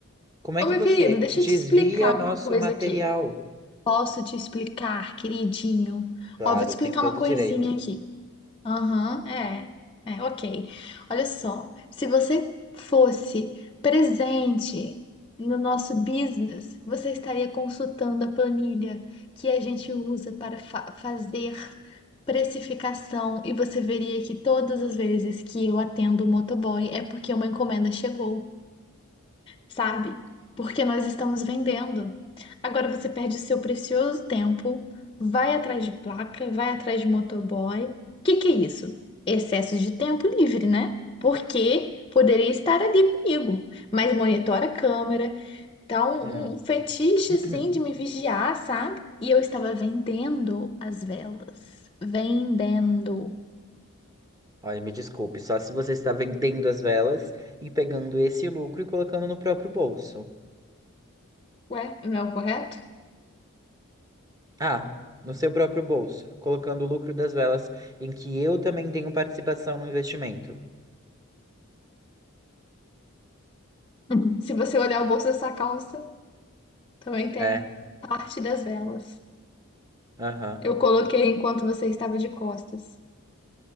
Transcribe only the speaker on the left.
Ô,
meu
querido, deixa
eu te explicar
uma coisa
aqui. Posso te explicar, queridinho?
Ó, vou te explicar
uma
coisinha
aqui. Aham, é, é, ok. Olha só, se você fosse presente no nosso business, você estaria consultando a planilha que a gente usa para fa- fazer precificação e você veria que todas as vezes que eu atendo o motoboy é porque uma encomenda chegou sabe? Porque nós estamos vendendo. Agora você perde o seu precioso tempo, vai atrás de placa, vai atrás de motoboy. O que que é isso? Excesso de tempo livre, né? Porque poderia estar ali comigo, mas monitora a câmera. Então,
um um um fetiche
assim de me vigiar, sabe? E eu estava vendendo as velas. Vendendo.
Ué, não é o correto?
<laughs> Se você olhar o bolso dessa calça, também tem
parte das velas.
Eu coloquei enquanto você estava de costas.